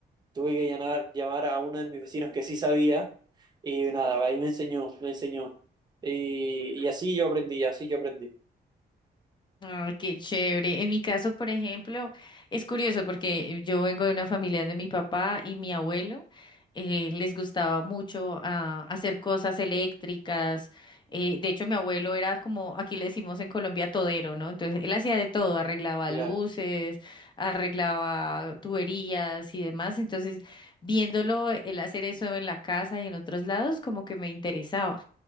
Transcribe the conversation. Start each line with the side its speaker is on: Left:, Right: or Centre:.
Right: tuve que llamar, llamar a uno de mis vecinos que sí sabía y nada, ahí me enseñó, me enseñó. Y, y así yo aprendí, así yo aprendí.
Left: Ah, qué chévere. En mi caso, por ejemplo, es curioso porque yo vengo de una familia de mi papá y mi abuelo. eh, les gustaba mucho ah, hacer cosas eléctricas. Eh, de hecho, mi abuelo era como, aquí le decimos en Colombia, todero, ¿no? Entonces, él hacía de todo, arreglaba
Right: Claro,
Left: luces, arreglaba tuberías y demás. Entonces, viéndolo, él hacer eso en la casa y en otros lados, como que me interesaba.